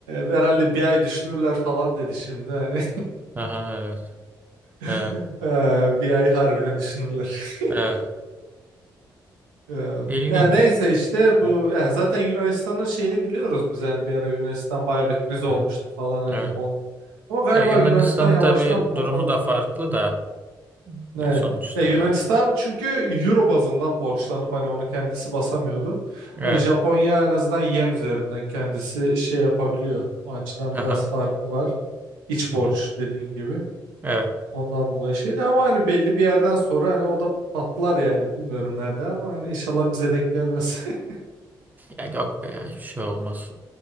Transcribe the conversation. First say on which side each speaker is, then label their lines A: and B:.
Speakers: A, on the right; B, on the right.
A: herhalde bir ay düşünürler falan dedi şimdi hani.
B: Aha, evet,
A: <laughs>
B: evet,
A: Ee, bir ay harbiden düşünürler. <laughs>
B: evet.
A: Ee,
B: İlginç.
A: Yani neyse işte bu
B: Evet.
A: yani zaten Yunanistan'ın şeyini biliyoruz biz hani bir ara Yunanistan baya bir kriz olmuştu
B: hı hı,
A: falan hani
B: evet.
A: on... ama galiba
B: Ya Yunanistan'ın
A: Yunanistan yavaştan
B: tabii
A: toparlanıyor.
B: durumu da farklı da. Ya
A: Evet.
B: sonuçta
A: Ya Yunanistan
B: evet.
A: çünkü euro bazından borçlanıp hani onu kendisi basamıyordu.
B: Evet.
A: Hani Japonya en azından yen üzerinden kendisi şey yapabiliyor. O açıdan
B: Aha.
A: biraz farkı var. İç
B: hı
A: borç
B: hı,
A: dediğin gibi.
B: Evet.
A: Ondan dolayı şeydi ama hani belli bir yerden sonra hani o da patlar yani bilmiyorum nerede ama hani inşallah bize denk gelmez. <laughs>
B: Ya yok be ya hiçbir şey olmaz.